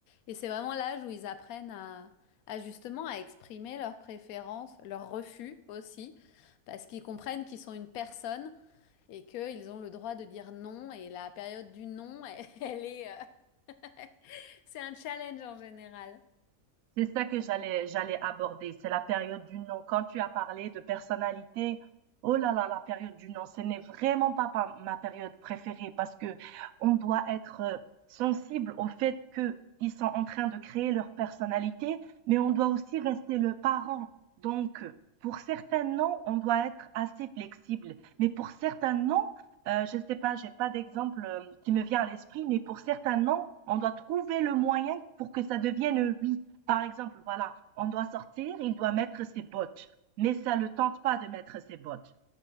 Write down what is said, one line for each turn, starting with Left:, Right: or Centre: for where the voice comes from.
Left: et c'est vraiment l'âge où ils apprennent à à justement à exprimer leurs préférences, leurs refus aussi parce qu'ils comprennent qu'ils sont une personne et qu'ils ont le droit de dire non et la période du non <laughs> elle, elle est euh, <laughs> C'est un challenge en général.
Right: C'est ça que j'allais j'allais aborder, c'est la période du non. Quand tu as parlé de personnalité, oh là là, la période du non, ce n'est vraiment pas pa- ma période préférée parce que on doit être euh, sensible au fait que ils sont en train de créer leur personnalité, mais on doit aussi rester le parent. Donc, euh, pour certains noms, on doit être assez flexible, mais pour certains noms, euh, je ne sais pas, j'ai pas d'exemple euh, qui me vient à l'esprit, mais pour certains noms, on doit trouver le moyen pour que ça devienne un oui. Par exemple, voilà, on doit sortir, il doit mettre ses bottes, mais ça ne le tente pas de mettre ses bottes.